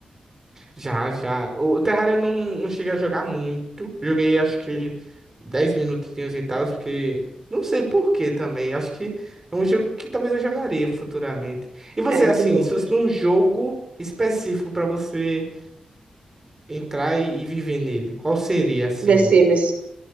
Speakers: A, on the right; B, on the right.
A: Já, já. O Terraria eu não, não cheguei a jogar muito. Joguei acho que 10 minutinhos e tal, porque não sei por que também. Acho que é um jogo que talvez eu jogaria futuramente. E você,
B: É muito
A: assim,
B: bom.
A: se fosse num jogo específico pra você entrar e, e viver nele, qual seria, assim,
B: The Sims.